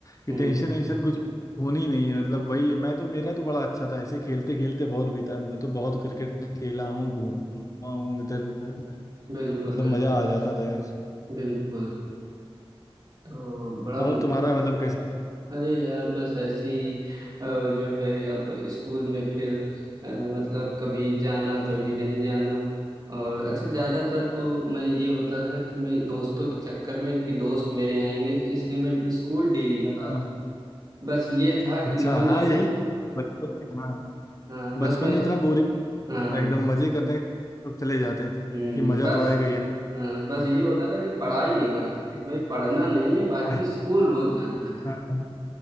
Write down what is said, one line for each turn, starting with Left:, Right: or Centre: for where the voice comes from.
Left: कि
Right: हम्म
Left: टेंशन वेंशन कुछ होनी नहीं है मतलब वही मैं तो मेरा तो बड़ा अच्छा था ऐसे खेलते खेलते बहुत बीता मैं तो बहुत क्रिकेट खेला हूँ घूमा हूँ इधर उधर
Right: बिल्कुल
Left: मतलब
Right: बिल्कुल
Left: मजा आ जाता था यार
Right: बिल्कुल तो बड़ा
Left: और तुम्हारा मतलब कैसा था
Right: अरे यार बस ऐसी जो है अब स्कूल में फिर अ, मतलब कभी जाना कभी नहीं जाना और अच्छा ज्यादातर
Left: हाँ
Right: तो मैं ये होता था कि मैं दोस्तों के चक्कर में कि दोस्त मेरे आएंगे तो इसलिए मैं स्कूल डेली जाता
Left: हाँ।
Right: था बस ये था कि
Left: अच्छा
Right: जो है
Left: हाँ
Right: मैं
Left: यही बचपन में हाँ
Right: हाँ बस
Left: बचपन
Right: मैं
Left: में इतना बोरिंग
Right: हाँ
Left: था एकदम
Right: हाँ
Left: मजे करने सब चले जाते थे
Right: हम्म,
Left: कि मजा
Right: बस
Left: तो आएगा ही
Right: हाँ बस ये होता था कि पढ़ाई नहीं करते थे कि भाई पढ़ना नहीं है बाकी
Left: आएगा।
Right: स्कूल रोज जाना है
Left: हाँ।